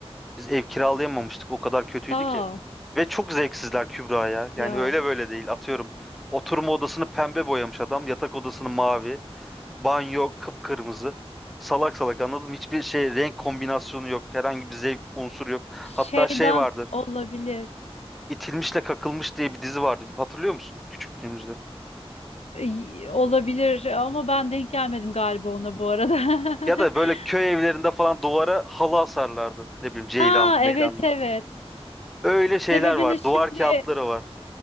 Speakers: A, in the centre; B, on the left (about 85°).
A: Biz ev kiralayamamıştık. O kadar kötüydü
B: Aa.
A: ki. Ve çok zevksizler Kübra ya. Yani
B: Ya
A: öyle böyle değil. Atıyorum. Oturma odasını pembe boyamış adam. Yatak odasını mavi. Banyo kıpkırmızı. Salak salak anladım. Hiçbir şey renk kombinasyonu yok. Herhangi bir zevk unsuru yok. Hatta
B: şeyden
A: şey vardır.
B: olabilir.
A: İtilmişle Kakılmış diye bir dizi vardı. Hatırlıyor musun küçüklüğümüzde?
B: Ay, Olabilir ama ben denk gelmedim galiba ona bu arada.
A: Ya da
B: <laughs>
A: böyle köy evlerinde falan duvara halı asarlardı. Ne bileyim ceylanlı
B: Ha
A: meylanlı.
B: evet evet.
A: Öyle şeyler
B: Sebebini
A: var.
B: şimdi
A: Duvar kağıtları var.